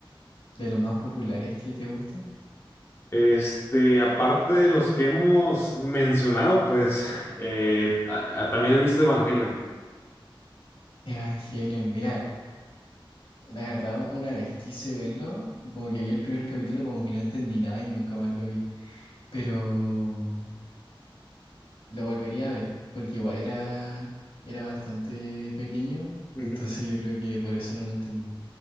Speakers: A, on the left; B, on the left.
A: de los más populares que te guste?
B: Este, aparte de los que hemos mencionado, pues <laughs> eh, a- a- también he visto Evangelion.
A: Evangelion, mira, la verdad una vez quise verlo y como que vi el primer capítulo como que no entendí nada y nunca más lo vi, pero mm, lo volvería a ver porque igual era, era bastante pequeño,
B: Ujú.
A: entonces yo creo que por eso no lo entendí.